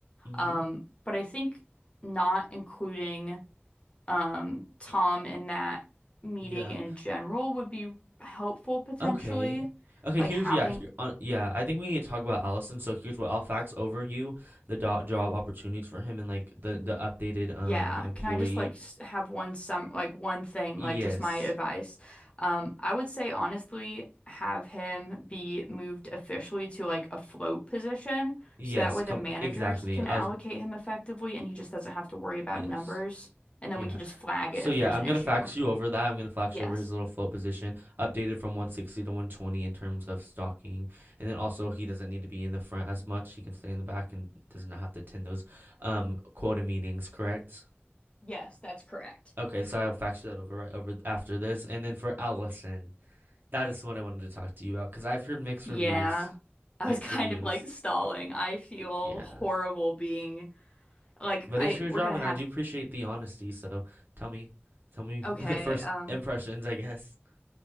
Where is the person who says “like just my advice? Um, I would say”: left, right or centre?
Left